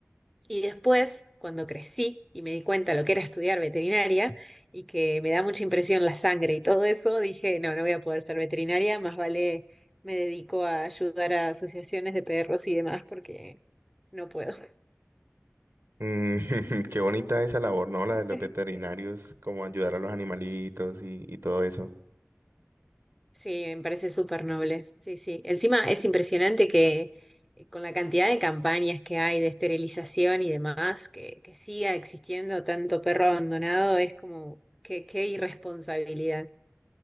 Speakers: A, in the centre; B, on the right (about 70°).
A: Y después, cuando crecí y me di cuenta lo que era estudiar veterinaria y que me da mucha impresión la sangre y todo eso, dije, no, no voy a poder ser veterinaria, más vale me dedico a ayudar a asociaciones de perros y demás porque no puedo.
B: Mm, <laughs> qué bonita esa labor, ¿no? La de los
A: <laughs>
B: veterinarios, como ayudar a los animalitos y, y todo eso.
A: Sí, me parece súper noble. Sí, sí. Encima es impresionante que eh, con la cantidad de campañas que hay de esterilización y demás, que, que siga existiendo tanto perro abandonado, es como qué, qué irresponsabilidad.